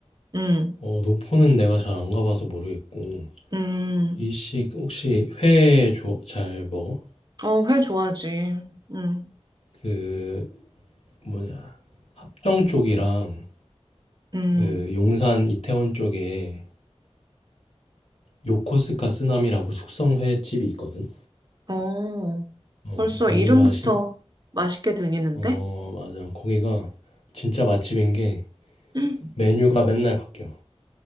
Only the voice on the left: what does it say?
어, 노포는 내가 잘 안 가봐서 모르겠고
일식 혹시 회 잘 먹어?
그 뭐냐 합정 쪽이랑
그 용산 이태원 쪽에 요코스카 쓰나미라고 숙성 회집이 있거든.
어,
거기가
신,
어, 맞아. 거기가 진짜 맛집인 게
메뉴가 맨날 바뀌어.